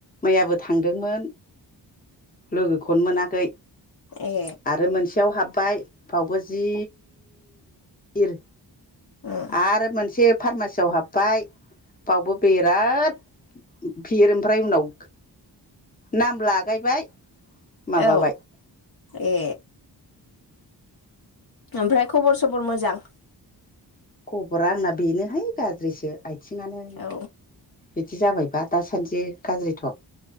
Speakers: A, on the left; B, on the left.
A: मैयाबो थांदोंमोन लोगोखौनो मोनाखै
B: ए
A: आरो मोनसेयाव हाब्बाय फावबो जि गिर
B: उम
A: आरो मोनसे फार्मासियाव हाब्बाय बावबो बिराद बिर ओमफ्राय उनाव नाम लागायबाय माबाबाय
B: औ ए ओमफ्राय खबर सबर मोजां?
A: खबरा आंना बेनोहाय गाज्रिसो आथिंयानो
B: औ
A: बिदि जाबायबा दासानसे जि गाज्रिथ'